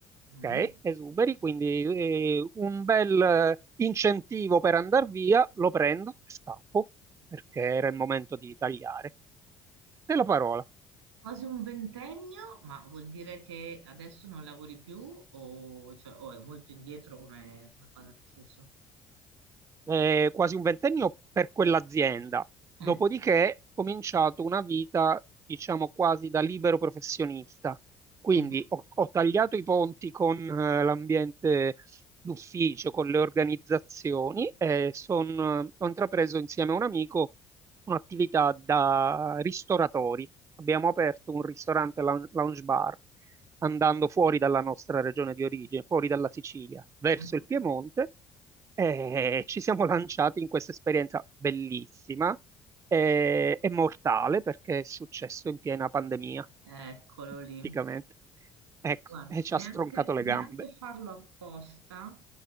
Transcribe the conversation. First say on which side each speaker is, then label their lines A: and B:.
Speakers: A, on the right; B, on the right.
A: Mm.
B: ok, esuberi, quindi eh, un bel eh, incentivo per andare via, lo prendo e scappo, perché era il momento di tagliare. Te la parola.
A: Quasi un ventennio, ma vuol dire che adesso non lavori più o, cioè, o è molto indietro come, come cosa, nel senso?
B: eh, quasi un ventennio per quell'azienda. Dopodiché
A: Eh,
B: ho cominciato una vita, diciamo, quasi da libero professionista. Quindi
A: mhm,
B: ho, ho tagliato i ponti con eh, l'ambiente d'ufficio, con le organizzazioni e son- ho intrapreso insieme a un amico un'attività da ristoratori. Abbiamo aperto un ristorante lou- lounge bar andando fuori dalla nostra regione di origine, fuori dalla Sicilia, verso
A: mhm.
B: il Piemonte e ci siamo lanciati in questa esperienza bellissima e, e mortale perché è successo in piena pandemia,
A: Eccolo lì.
B: praticamente. Ecco,
A: Guarda,
B: e ci ha
A: neanche,
B: stroncato le
A: neanche
B: gambe.
A: farlo apposta.